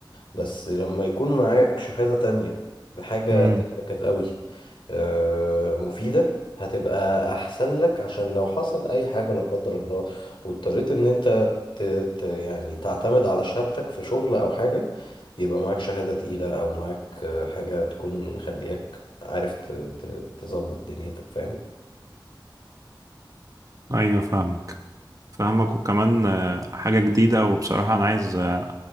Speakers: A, on the left; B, on the right.
A: بس لما يكون معاك شهادة تانية بحاجة
B: مم.
A: تكنيكال قوي آه، مفيدة هتبقى أحسن لك عشان لو حصل أي حاجة لا قدر الله واضطريت إن أنت ت... ت... يعني تعتمد على شهادتك في شغل أو حاجة يبقى معاك شهادة تقيلة أو معاك آه، حاجة تكون مخلياك عارف ت... ت... تظبط دنيتك فاهم؟
B: أيوة فاهمك فاهمك وكمان آه، حاجة جديدة وبصراحة أنا عايز آه،